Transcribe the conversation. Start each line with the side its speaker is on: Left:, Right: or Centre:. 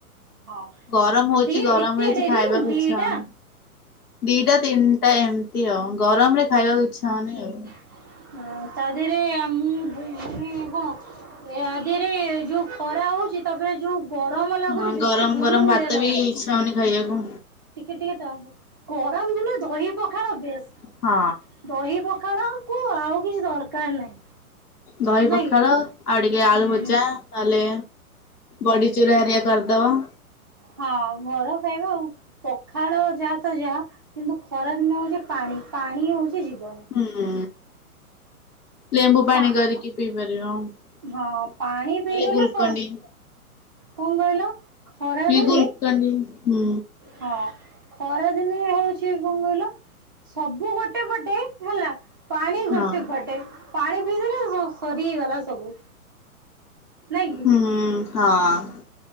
Right: ହଁ
Left: ଗରମ ହଉଚି
Right: ଦି
Left: ଗରମ
Right: ଏତେ
Left: ହେଇଛି
Right: ଡେରି
Left: ଖାଇବାକୁ
Right: ଦିଟା
Left: ଇଛା ହଉନି। ଦିଟା ତିନିଟା ଏମିତି ଆଉ ଗରମ ରେ ଖାଇବାକୁ ଇଛା ହଉନି ଆଉ।
Right: <unintelligible> ଏ ଆଦିରେ ଯୋଉ ଖରା ହଉଛି ତାପରେ ଯୋଉ ଗରମ ଲାଗୁଛି
Left: ହଁ
Right: ବେଶୀ
Left: ଗରମ
Right: ଗୁଳୁଗୁଳିଆ
Left: ଗରମ ଭାତ
Right: ଲାଗୁଛି।
Left: ବି ଇଚ୍ଛା ହଉନି ଖାଇବାକୁ
Right: ଟିକେ ଟିକେ ତ ଗରମ ଦିନ ଦହି ପଖାଳ ବେଶ୍।
Left: ହଁ।
Right: ଦହି ପଖାଳକୁ ଆଉ କିଛି ଦରକାର ନାହିଁ।
Left: ଦହି
Right: ନାଇଁ
Left: ପାଖାଳ
Right: କି?
Left: ଆଉ ଟିକେ
Right: ହୁଁ
Left: ଆଳୁ ଭଜା ନହେଲେ ବଡି ଚୁରା ହେରା କରିଦବା।
Right: ହଁ ଘର ଖାଇବା ଆଉ। ପଖାଳ ଯାହା ତ ଯାହା କିନ୍ତୁ ଖରା ଦିନ ହଉଛି ପାଣି ପାଣି ହଉଛି ଜୀବନ।
Left: ହୁଁ। ଲେମ୍ବୁ ପାଣି
Right: ପା
Left: କରିକି ପିଇପାରିବ ନହେଲେ
Right: ହଁ ପାଣି ପିଇଦେଲେ
Left: ଗୁଲକଣ୍ଡି।
Right: ସ କଣ କହିଲ ଖରାଦିନେ
Left: କି ଗୁଲକଣ୍ଡି ହୁଁ
Right: ହଁ ଖରାଦିନେ ହଉଛି କଣ କହିଲ ସବୁ ଗୋଟେ ପଟେ ହେଲା ପାଣି ଗୋଟେ
Left: ହଁ
Right: ପଟେ ପାଣି ପିଇଲେ ସରି ହେଇଗଲା ସବୁ। ନାଇଁ କି?
Left: ହୁଁ ହଁ।